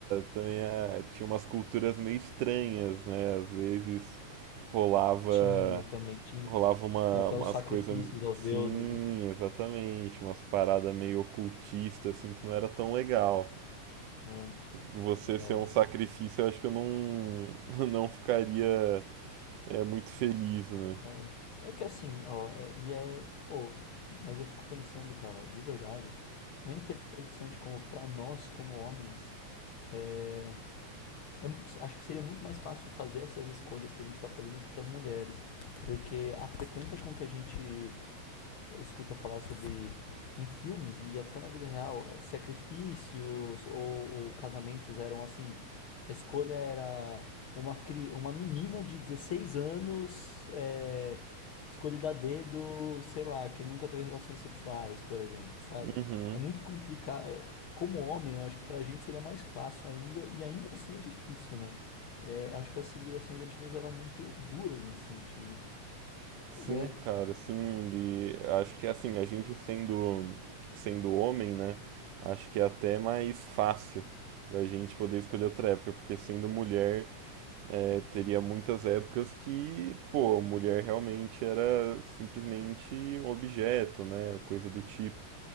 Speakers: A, on the right; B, on the left.
A: também ah, tinha umas culturas meio estranhas, né? Às vezes rolava,
B: Tinha também, tinha,
A: rolava uma,
B: tinha até
A: umas
B: os sacrifícios
A: coisas.
B: aos
A: Sim,
B: deuses,
A: exatamente. Umas paradas meio ocultistas, assim, que não era tão legal.
B: né?
A: você
B: Era
A: ser um
B: bem.
A: sacrifício, eu acho que eu não, <laughs> não ficaria é, muito feliz, né?
B: É é que assim, ó, é- e é, pô, mas eu fico pensando, cara, de verdade, não é interessante como pra nós, como homens, é- é, acho que seria muito mais fácil fazer essas escolhas que a gente tá fazendo que pra mulheres, porque a frequência com que a gente escuta falar sobre em filmes e até na vida real, é, sacrifícios ou, ou casamentos eram assim, a escolha era uma cri- uma menina de 16 anos, é, Escolhida a dedo, sei lá, que nunca teve relações sexuais, por exemplo, sabe?
A: Uhum.
B: É muito complicado. é- Como homem, eu acho que pra gente seria mais fácil ainda, e ainda assim é difícil, né? É, acho que as civilizações antigas eram muito duras nesse sentido.
A: Sim,
B: Mas é,
A: cara, sim. E acho que assim, a gente sendo, sendo homem, né? Acho que é até mais fácil pra gente poder escolher outra época, porque sendo mulher, é, teria muitas épocas que, pô, mulher realmente era simplesmente um objeto, né? Coisa do tipo.